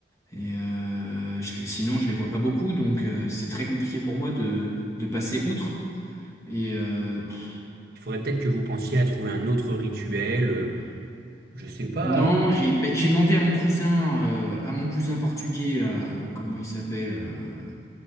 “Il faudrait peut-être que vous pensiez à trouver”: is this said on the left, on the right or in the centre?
Right